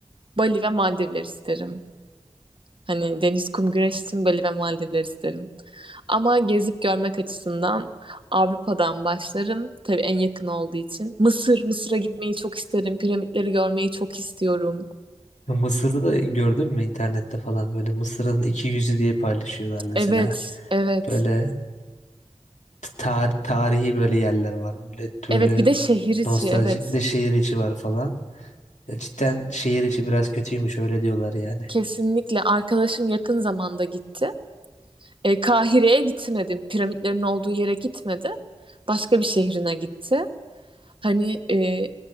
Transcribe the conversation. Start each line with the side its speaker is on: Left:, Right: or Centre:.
Right: Bali ve Maldivler isterim. Hani deniz, kum, güneş için Bali ve Maldivler isterim. Ama gezip görmek açısından Avrupa'dan başlarım. Tabii en yakın olduğu için. Mısır, Mısır'a gitmeyi çok isterim. Piramitleri görmeyi çok istiyorum.
Left: Ya Mısır'da da gördün mü internette falan böyle Mısır'ın iki yüzü diye paylaşıyorlar mesela.
Right: Evet, evet.
Left: Böyle tar- tarihi böyle yerler var. Böyle böyle
Right: Evet bir de şehir içi,
Left: nostaljik
Right: evet.
Left: bir de şehir içi var falan. Ya cidden şehir içi biraz kötüymüş öyle diyorlar yani.
Right: Kesinlikle. Arkadaşım yakın zamanda gitti. E, Kahire'ye gitmedi. Piramitlerin olduğu yere gitmedi. Başka bir şehrine gitti. Hani e,